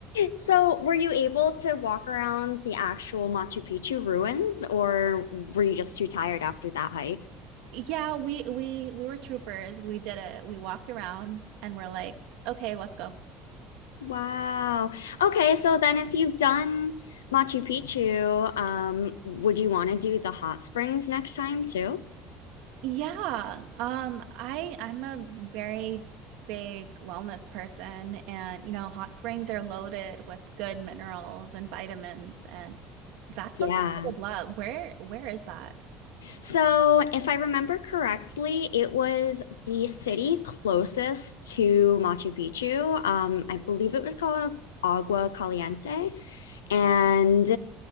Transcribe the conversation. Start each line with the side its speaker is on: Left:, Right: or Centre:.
Left: So, were you able to walk around the actual Machu Picchu ruins, or were you just too tired after that hike?
Right: Yeah, we we we were troopers. We did it. We walked around and we're like, okay, let's go.
Left: Wow. Okay, so then if you've done Machu Picchu, um, would you want to do the hot springs next time too?
Right: Yeah, um, I I'm a very big wellness person, and you know, hot springs are loaded with good minerals and vitamins, and that's
Left: Yeah.
Right: something I would love. Where where is that?
Left: So, if I remember correctly, it was the city closest to Machu Picchu. Um, I believe it was called Agua Caliente. And